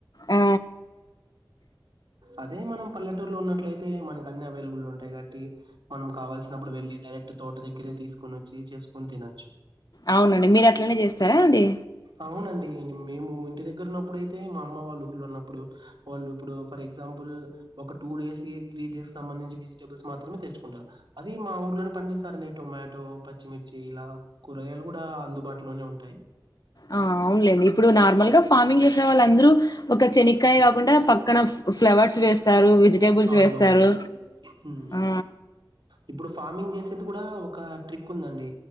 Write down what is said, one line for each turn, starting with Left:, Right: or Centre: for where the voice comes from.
Left: ఆ
Right: అదే మనం పల్లె టూర్ లో ఉన్నట్లయితే మనకి అన్ని అవైలబుల్ ఉంటయి కబట్టి మనం కావాల్సినప్పుడు వెళ్లి డైరెక్ట్‌ తోట దగ్గరే తీసుకు సుకొనచ్చి చేసుకొని తినొచ్చు
Left: అవునండి మీరు అట్లనే చేస్తారా అండి
Right: అవునండి మేము ఇంటి దగ్గర ఉన్నప్పుడు అయితే మా అమ్మ వాళ్ళ ఊర్లో ఉన్నప్పుడు వాళ్ళు ఇప్పుడు ఫర్ ఎగ్జాంపుల్ ఒక టూ డేస్ కి త్రీ డేస్ కి సంబంధించి వెజిటబుల్ మాత్రే తెచ్చుకుంటారు అది మా ఊర్లోనే పండిస్తారు అనే టొమాటో పచ్చిమిర్చి ఇలా కూరగాయలు కూడా అందుబాటులోనే ఉంటాయి
Left: ఆ అవునులేండి ఇప్పుడు నార్మల్ గా ఫార్మింగ్ చేసిన వాళ్ళందరూ ఒక చెనికాయ కాకుండా పక్కన ఫ్లవర్స్ వేస్తారు వెజిటేబుల్స్
Right: అవునవును
Left: వేస్తారు
Right: ఉమ్
Left: ఆ
Right: ఇప్పుడు ఫార్మింగ్ చేసేది కూడా ఒక ట్రిక్ ఉందండి